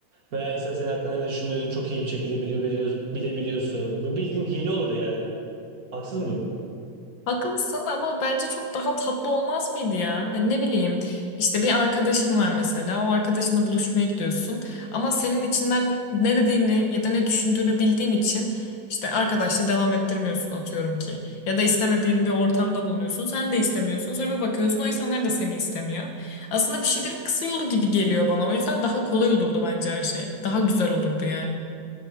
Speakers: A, on the right; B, on the left.
A: Veya insan senin hakkında ne düşündüğünü çok iyi bir şekilde biliyor, biliyor, bilebiliyorsun. Bu bildiğin hile olur yani. Haksız mıyım?
B: Haklısın ama bence çok daha tatlı olmaz mıydı ya? Hani ne bileyim işte bir arkadaşın var mesela o arkadaşınla buluşmaya gidiyorsun ama senin içinden ne dediğini ya da ne düşündüğünü bildiğin için işte arkadaşla devam ettirmiyorsun atıyorum ki. Ya da istemediğin bir ortamda bulunuyorsun sen de istemiyorsun sonra bir bakıyorsun o insanlar da seni istemiyor. Aslında bir şeylerin kısa yolu gibi geliyor bana o yüzden daha kolay olurdu bence her şey. Daha güzel olurdu yani.